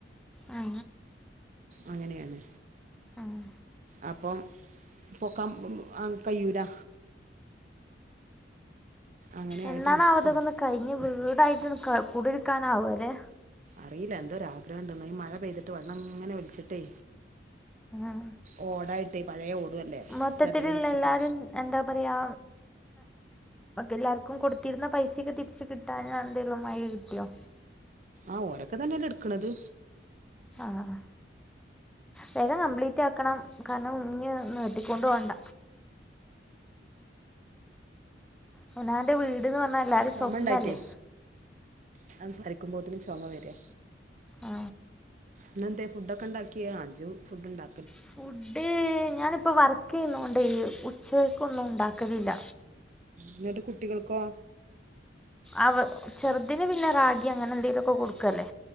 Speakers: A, in the centre; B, on the right.
A: ആ
B: അങ്ങനെയാണ്
A: ആഹ്
B: അപ്പം പൊക്കാം കയ്യൂലാ അങ്ങനെ ആയിട്ട്
A: എന്നാണാവോ
B: നിൽക്കുകയാണ്
A: ഇതൊക്കൊന്ന് കഴി ഞ്ഞ് വീടായിട്ടൊന്ന് കുടിര്ക്കാനാവാ ല്ലേ
B: അറീല എന്തൊരു ആഗ്രഹണ്ടന്നൊ ഈ മഴ പെയ്തിട്ട് വെള്ളംങ്ങനെ ഒലിച്ചിട്ടേ
A: ആ
B: ഓടായിട്ടെ പഴയ ഓടും അല്ലെ
A: മൊത്തത്തിലുള്ള
B: ചെതല് പിടിച്ചിട്ട്
A: എല്ലാവരും എന്താ പറയാ എല്ലാർക്കും കൊടുത്തിര്ന്ന പൈസേക്കെ തിരിച്ച് കിട്ടാഞ്ഞ എന്തേലും വഴി കിട്ടി‌യോ?
B: ആഹ് ഓരൊക്ക തന്നല്ലെ ഇട്ക്ക്ണത്
A: ആഹ് വേഗം കംപ്ലീറ്റ് ആക്കണം കാരണം ഇഞ്ഞ് നീട്ടിക്കൊണ്ടോവണ്ട അവനാന്റെ വീട്ന്ന് പറഞ്ഞാ എല്ലാരേം
B: ചുമ
A: സ്വപ്നല്ലേ
B: ഉണ്ടായിട്ടേ സംസാരിക്കുമ്പോത്തിനും ചൊമ വര്യാ
A: ആ
B: ഇന്നെന്തേ ഫുഡൊക്കെണ്ടാക്കിയാ ഇജ്ജ് ഫുഡ്ണ്ടാ
A: ഫുഡ് ഞാനിപ്പ വർക്കെയ്യുന്നോണ്ടെ ഉച്ചക്കൊന്നും ഉണ്ടാക്കലില്ല
B: എന്നിട്ട് കുട്ടികൾക്കോ?
A: അവ ചെറുതിന് പിന്നെ റാഗി അങ്ങനെന്തേലൊക്കെ കൊടുക്കല്ലേ